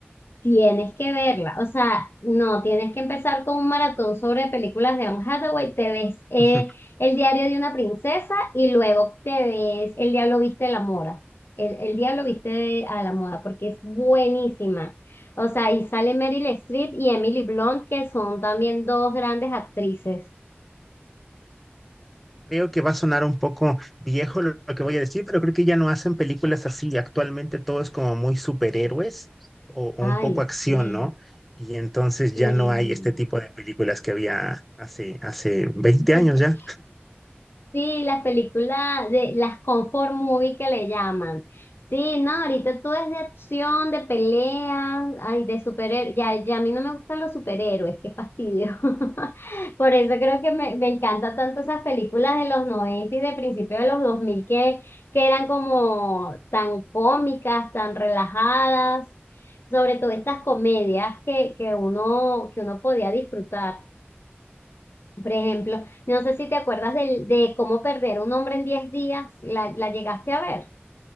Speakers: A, on the left (about 65°); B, in the centre.
A: Tienes que verla, o sea, no, tienes que empezar con un maratón sobre películas de Anne Hathaway, te ves eh,
B: <laughs>
A: El diario de una princesa y luego te ves El diablo viste a la moda, el, el diablo viste a la moda, porque es buenísima, o sea, y sale Meryl Streep y Emily Blunt, que son también dos grandes actrices.
B: Creo que va a sonar un poco viejo lo, lo que voy a decir, pero creo que ya no hacen películas así. Actualmente todo es como muy superhéroes o, o
A: Ay,
B: un poco
A: sí,
B: acción, ¿no? Y entonces
A: sí.
B: ya no hay este tipo de películas que había hace, hace 20
A: <laughs>
B: años ya.
A: Sí, las películas de las comfort movie que le llaman. Sí, no, ahorita todo es de acción, de pelea, ay, de superhéroes. Ya, ya a mí no me gustan los superhéroes, qué fastidio. <laughs> Por eso creo que me, me encanta tanto esas películas de los 90 y de principios de los 2000 que, que eran como tan cómicas, tan relajadas, sobre todo estas comedias que, que uno, que uno podía disfrutar. Por ejemplo, no sé si te acuerdas del- de cómo perder un hombre en diez días, la, la llegaste a ver.